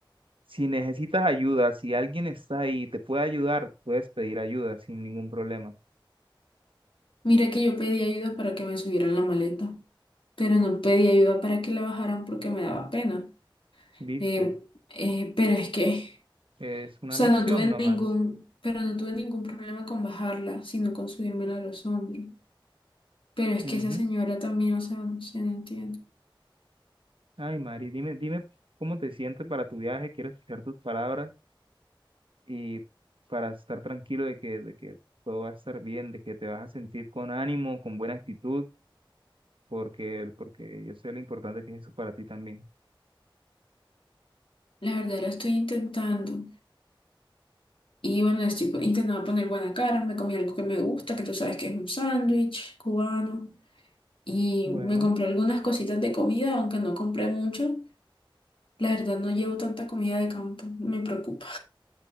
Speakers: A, on the right; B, on the left.
A: si necesitas ayuda, si alguien está ahí y te puede ayudar, puedes pedir ayuda sin ningún problema,
B: mira que yo pedí ayuda para que me subieran la maleta, pero no pedí ayuda para que la bajaran porque me daba pena.
A: ¿viste?
B: Eh, eh, pero es que,
A: Es una
B: o sea,
A: lección
B: no tuve
A: nomás.
B: ningún, pero no tuve ningún problema con bajarla, sino con subírmela a los hombros. Pero es
A: Ujú.
B: que esa señora también, o sea, no se entiende.
A: Ay, Mari, dime, dime cómo te sientes para tu viaje, quiero escuchar tus palabras. y para estar tranquilo de que, de que todo va a estar bien, de que te vas a sentir con ánimo, con buena actitud, porque, porque yo sé lo importante que es eso para ti también.
B: La verdad, la estoy intentando. Y bueno, estoy po- intentando poner buena cara, me comí algo que me gusta, que tú sabes que es un sándwich cubano. Y
A: Bueno,
B: me compré algunas cositas de comida, aunque no compré mucho. La verdad, no llevo tanta comida de campo, me preocupa.